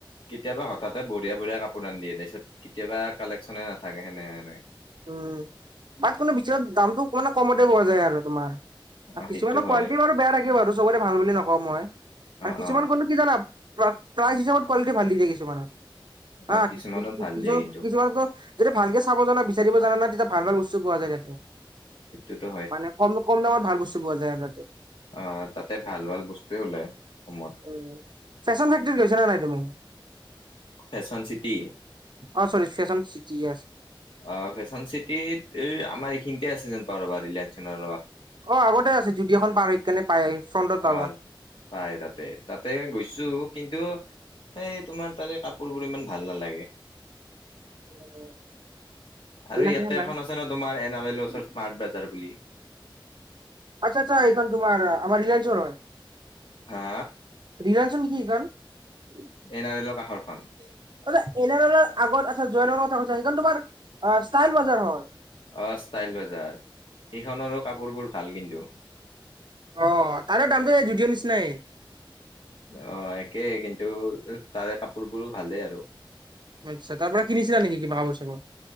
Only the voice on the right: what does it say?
উম! তাত কোনো বিশালত দামটো মানে কমতে পোৱা যায় আৰু তোমাৰ।
কিছুমানৰ
কোৱালিটি
বাৰু বেয়া থাকে বাৰু চবৰে ভাল বুলি নকওঁ মই আৰু
কিছুমান
কোৱালিটি কি জানা? প্ৰাই-প্ৰাইজ হিচাপত কোৱালিটি ভাল দি দিয়ে কিছুমানে হা
কিছু-কিছুমান
ক যদি ভালকে চাব জানা বিচাৰিব জানা ন তেতিয়া ভাল-ভাল বস্তু পোৱা যায় তাতে,
মানে কম-কম দামত ভাল বস্তু পোৱা যায় আৰু তাতে।
উম ছেশ্বন ফেক্টৰীত গৈছা নাই তুমি?
অ চৰি ফেচন চিটি
অ আগতে আছে জুদিঅখন পাৰ হৈ কেনে পায় ফ্ৰণ্টত
পাবা।
<unintelligible> কিনাকিনা
নাই
আত্চ্ছা আত্চ্ছা এইখন তোমাৰ আমাৰ ৰিলায়ন্সৰ হয়।
ধিৰাঞ্চন নেকি এইখন তই
যে এনাৰলৰ আগত আছে জয়নৰৰ কথা কৈছা। খন তোমাৰ ষ্টাইল বজাৰ হয়।
অ তাৰে দামটো যুদিঅ নিচিনাই
আচ্ছা তাৰ পৰা কিনিছিলা নেকি কিবা কাপোৰ চাপোৰ